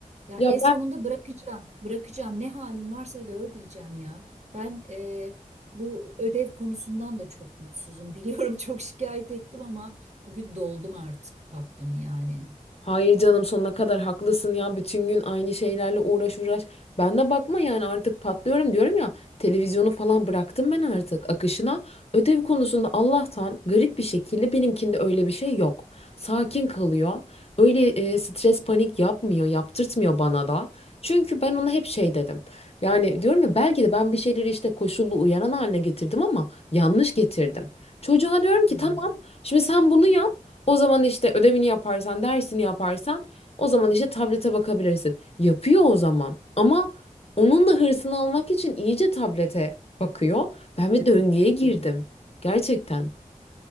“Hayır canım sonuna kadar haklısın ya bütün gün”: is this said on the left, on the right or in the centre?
Left